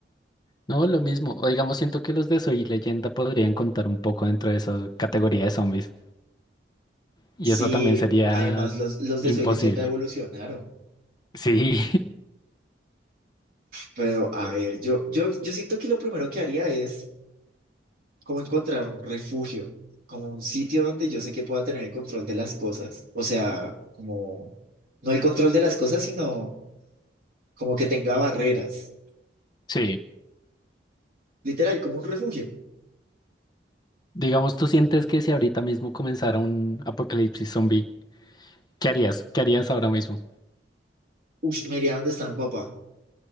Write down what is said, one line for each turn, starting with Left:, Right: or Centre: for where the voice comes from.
Left: No, lo mismo. O digamos, siento que los de Soy Leyenda podrían contar un poco dentro de esa categoría de zombies. Y
Right: Sí,
Left: eso también sería
Right: además los, los de
Left: imposible.
Right: Soy Leyenda evolucionaron.
Left: Sí,
Right: Pero, a ver, yo, yo, yo siento que lo primero que haría es como encontrar un refugio, como un sitio donde yo sé que pueda tener el control de las cosas. O sea, como, no el control de las cosas, sino como que tenga barreras.
Left: <laughs> Sí.
Right: Literal, como un refugio.
Left: Digamos, tú sientes que si ahorita mismo comenzara un apocalipsis zombie, ¿qué harías? ¿Qué harías ahora mismo?
Right: Ush, me iría donde está mi papá.